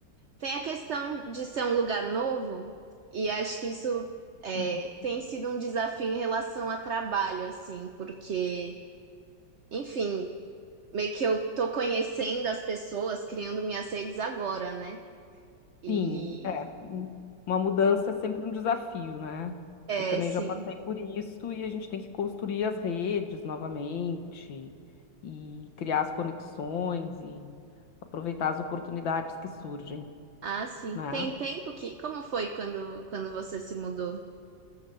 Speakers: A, on the right; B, on the left.
A: Tem a questão de ser um lugar novo, e acho que isso é,
B: uhum.
A: tem sido um desafio em relação a trabalho, assim, porque. Enfim, meio que eu tô conhecendo as pessoas, criando minhas redes agora, né? E
B: Sim, é. Hum, Uma mudança é sempre um desafio, né?
A: é,
B: Eu também
A: sim.
B: já passei por isso e a gente tem que construir as redes novamente e criar as conexões e aproveitar as oportunidades que surgem,
A: Ah, sim.
B: né?
A: Tem tempo que. Como foi quando, quando você se mudou?